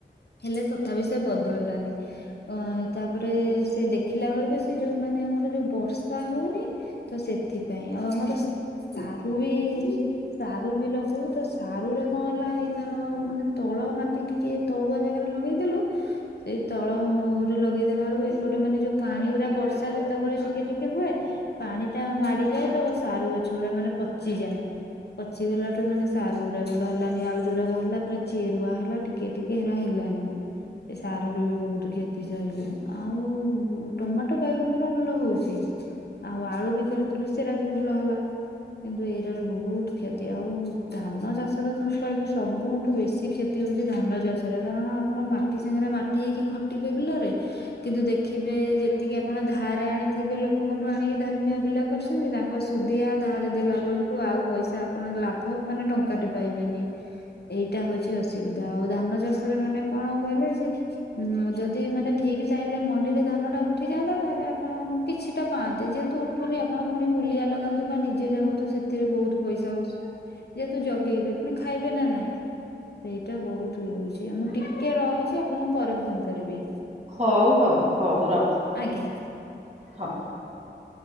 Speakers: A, on the left (about 60°); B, on the right (about 35°).
A: ହେଲେ ତଥାପି ସେ ବଦଳିଲାନି ଅ ତାପରେ ସେ ଦେଖିଲା ବେଳକୁ ସେ ଯୋଉମା ମାନେ ଆମର ଯୋଉ ବର୍ଷ ବର୍ଷା ହଉନି ତ ସେଥିପାଇଁ ଆଉ ଆମର ସାରୁ ବି ସାରୁ ବିଲ କ ତ ସାରୁ ରେ କଣ ହେଲା ଏଇଥର ମାନେ ତଳ ମାଟି ଟିକେ ତଳୁଆ ଜାଗାରେ ଲଗେଇଦେଲୁ ସେଇ ତଳରେ ଲଗେଇଦେଲା ବେଳକୁ ଏପଟେ ମାନେ ଯୋଉ ପାଣି ପୁରା ବର୍ଷା ଯେତେବେଳେ ଟିକେ ଟିକେ ହୁଏ ପାଣି ଟା ମାଡିଯାଏ ତ ସାରୁ ଗଛ ପୁରା ମାନେ ପଚିଯାଏ। ପଚିଗଲାଠୁ ମାନେ ସାର ଉୁରା ବି ବାହାରିଲାନି ଆଉ ଯୋଉରା ବାହାରିଲା ପୁରା ଚେରୁଆ ହେଲା ଟିକେ ଟିକେ ହେରା ହେଲା। <unintelligible> ଏ ସାରୁରୁୁ ବି ବହୁତ କ୍ଷତି ସହିଲୁ ଆଉ ଟମାଟୋ ବାଇଗଣ ପୁରା ଭଲ ହଉଛି। ଆଉ ଆଳୁ ବି କରିଥିଲୁ ସେରା ବି ଭଲ ହେଲା। କିନ୍ତୁ ଏଇଟ ର ବହୁତ କ୍ଷତି ଆଉ ଧାନ ଚାଷରେ ତ ମୁଁ କହିବି ସବୁଠୁ ବେଶୀ କ୍ଷତି। ହୋଉଛି ଧାନ ଚାଷ। କାରଣ ଆପଣ ମାଟି ସାଙ୍ଗରେ ମାଟି ହେଇକି ଖଟିବେ ବିଲରେ କିନ୍ତୁ ଦେଖିବେ ଯେତିକି ଆପଣ ଧାରେ ଆଣିଥିବେ ଲୋ ଲୋକଙ୍କଠୁ ଆଣିକି ଧରିନିଅ ବିଲ କରିଛନ୍ତି ତାଙ୍କ ସୁଧିଆ ଧାର ଦେଲା ବେଳକୁ ଆଉ ପଇସା ଆପଣ ଲାଭ ମାନେ ଟଙ୍କା ଟେ ପାଇବେନି ଏଇଟା ହଉଛି ଅସୁବିଧା। ଆଉ ଧାନ ଚାଷରେ ମାନେ କଣ କହିଲେ ଯେ ଉଁ ଯଦି ମାନେ ଠିକ ଟାଇମ ରେ ମଣ୍ଡିରେ ଧାନଟା ଉଠି ଯାଆନ୍ତା ତାହେଲେ ଆପଣ କିଛିଟା ପାଆନ୍ତେ ଯେହେତୁ ଉଠୁନି ଆପଣ ଫୁଣି ମୂଲିଆ ଲଗାନ୍ତୁ ବା ନିଜେ ଜଗନ୍ତୁ ସେଥିରେ ବହୁତ ପଇସା ଯେହେତୁ ଜଗେଇବେ ପୁଣି ଖାଇବେ ନା ନାଇଁ। ସେଇଟା ବହୁତ ଇଏ ହଉଛିଉ ମୁଁ ଟିକେ ରହୁଛି ଆପଣଙ୍କୁ ପରେ ଫୋନ କରିବି।
B: ହଉ ହଉ ହଉ ରଖ
A: ଆଜ୍ଞା।
B: ହଁ।